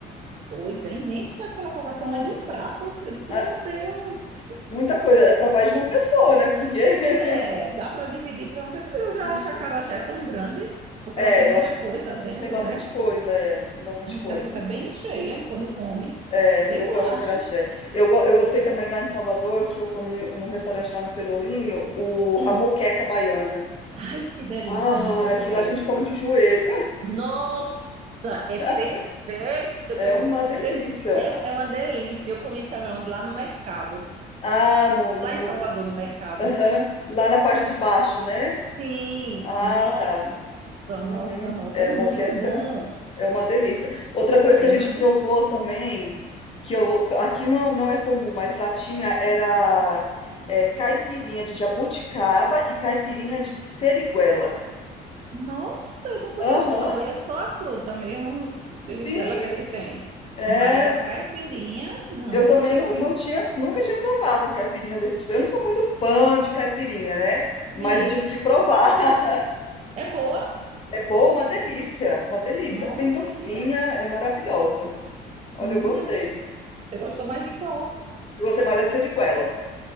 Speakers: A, on the right; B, on the left.
A: Pois é, imensa aquela cocada,
B: Nossa,
A: tamanho de um prato. Eu disse,
B: Ah,
A: meu Deus,
B: muita coisa. É para mais de uma pessoa, né? Porque. <laughs>
A: é, dá para dividir para uma pessoa. Eu já
B: Uhum.
A: acho a acarajé tão grande, porque
B: É,
A: ela tem muita
B: eu acho
A: coisa
B: que
A: dentro,
B: tem bastante
A: né?
B: coisa, é, tem bastante
A: A gente
B: coisa.
A: já fica bem cheia quando come.
B: É,
A: Eu
B: eu gosto
A: acho.
B: de acarajé. Eu, go- eu gostei também lá em Salvador, que eu comi num restaurante lá no Pelourinho, o,
A: Hum.
B: a moqueca baiana.
A: Ai, que delícia,
B: Ah,
A: moqueca
B: aquilo
A: baiana.
B: a gente come de joelho.
A: Nossa, é
B: <laughs>
A: perfeito, é
B: É
A: perfeito.
B: uma delícia.
A: Você- é, é uma delícia. Eu comi sabe onde? Lá no mercado.
B: Ah, no,
A: No-
B: no-
A: Lá em Salvador, no mercado.
B: aham, lá na parte de baixo, né?
A: Sim,
B: Ah,
A: nossa,
B: tá. Uhum.
A: nossa, nossa,
B: É,
A: é muito
B: moqueca
A: bom.
B: é uma delícia. Outra coisa
A: É
B: que a gente
A: uma delícia.
B: provou também, que eu, aqui não, não é comum, mas lá tinha, era é, caipirinha de jabuticaba e caipirinha de seriguela.
A: Nossa, eu não conheço,
B: Aham,
A: não. Conheço só a fruta mesmo, siriguela
B: sim.
A: que aqui tem.
B: É,
A: Mas a caipirinha, não
B: eu
A: conheço.
B: também não, não tinha, nunca tinha provado um caipirinha desse tipo. Eu não sou muito fã de caipirinha, né? Mas
A: Sim.
B: eu tive que provar. <laughs>
A: É boa?
B: É boa, uma delícia, uma delícia.
A: Não.
B: Bem docinha,
A: e é-
B: é maravilhosa. Olha,
A: Hum,
B: eu gostei.
A: você gostou mais de qual?
B: Eu gostei mais da siriguela.